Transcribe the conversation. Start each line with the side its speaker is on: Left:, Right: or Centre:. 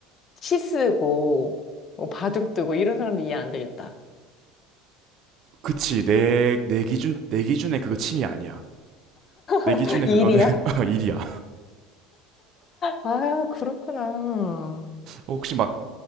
Left: 시 쓰고, 뭐, 바둑 두고, 이런 사람들 이해 안 되겠다.
Right: 그치 내 내 기준 내 기준에 그거 취미 아니야. 내
Left: <laughs>
Right: 기준에
Left: 일이야?
Right: 그거는 <laughs> 일이야.
Left: 아, 그렇구나.
Right: 혹시 막